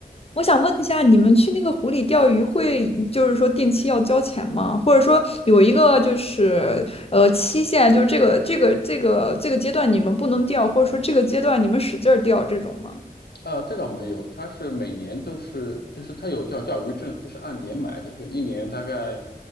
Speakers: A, on the left; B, on the left.
A: 我想问一下，你们去那个湖里钓鱼会，就是说定期要交钱吗？或者说有一个就是呃期限，就是这个这个这个这个阶段你们不能钓，或者说这个阶段你们使劲儿钓这种吗
B: 呃，这倒没有，它是每年都是，就是它有叫钓鱼证，就是按年买的，就一年大概